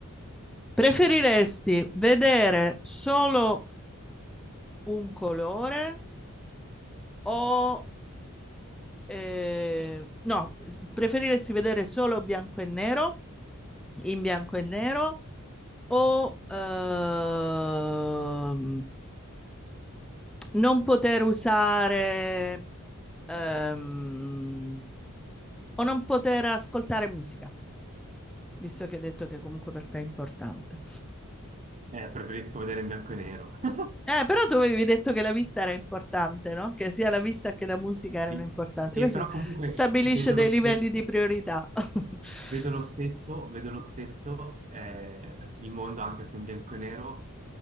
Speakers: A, in the centre; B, on the right (about 35°).
A: Preferiresti
B: <laughs>
A: vedere solo un colore o eh, no, preferiresti vedere solo bianco e nero, in bianco e nero, o ehm, non poter usare, ehm, o non poter ascoltare musica, visto che hai detto che comunque per te è importante.
B: Eh, preferisco vedere in bianco e nero. <laughs>
A: Eh, però tu avevi detto che la vista era importante, no? Che sia la vista che la musica erano
B: Sì.
A: importanti.
B: E
A: Questo
B: però comunque
A: stabilisce
B: vedo
A: dei
B: lo
A: livelli
B: stesso,
A: di priorità. <laughs>
B: Vedo lo stesso, vedo lo stesso eh, il mondo anche se in bianco e nero,